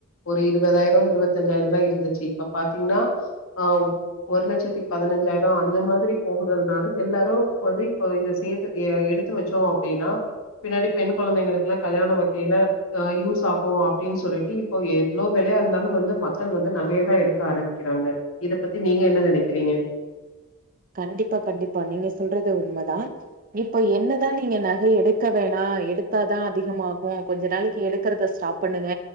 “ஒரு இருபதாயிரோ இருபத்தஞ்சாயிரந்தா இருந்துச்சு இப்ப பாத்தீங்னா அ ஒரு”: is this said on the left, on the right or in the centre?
Left